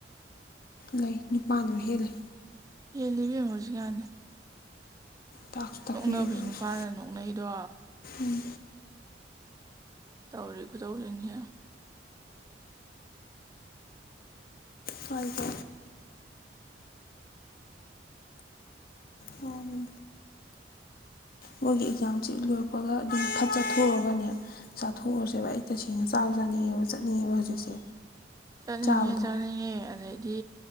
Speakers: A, on the left (about 55°); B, on the right (about 20°).
A: ꯂꯩ ꯅꯨꯄꯥꯅ ꯃꯍꯦꯜꯂꯦ
B: ꯍꯦꯜꯂꯤ ꯏꯕꯦꯝꯃ ꯍꯧꯖꯤꯛꯀꯥꯟꯗꯤ
A: ꯇꯥꯛꯁ ꯇꯥꯛꯄꯤ
B: ꯅꯣꯛꯅꯕꯁꯨ
A: ꯑꯗꯣ
B: ꯅꯨꯄꯥꯅ
A: ꯑꯁ
B: ꯅꯣꯛꯅꯩꯗꯣ
A: ꯎꯝ
B: ꯇꯧꯔꯤ ꯈꯨꯇꯧꯁꯤꯡꯁꯦ
A: ꯄꯥꯏꯌꯨꯀꯣ ꯍꯣꯅꯤ ꯃꯣꯏꯒꯤ ꯑꯦꯛꯖꯥꯝꯖꯤ ꯍꯦꯛ ꯂꯣꯏꯔꯛꯄꯒ ꯑꯗꯨꯝ ꯐꯠ ꯆꯠꯊꯣꯛꯎꯔꯒꯅꯦ ꯆꯥꯊꯣꯛꯎꯔꯁꯦꯕ ꯑꯩ ꯇꯁꯦꯡꯅ ꯆꯥꯁꯨ ꯆꯥꯅꯤꯡꯉꯦꯕ ꯆꯠꯅꯤꯡꯉꯦꯕ ꯍꯧꯖꯤꯛꯁꯦ
B: ꯆꯥꯅꯤꯡꯉꯦ
A: ꯆꯥꯕꯗꯣ
B: ꯆꯥꯅꯤꯡꯉꯦ ꯑꯗꯩꯗꯤ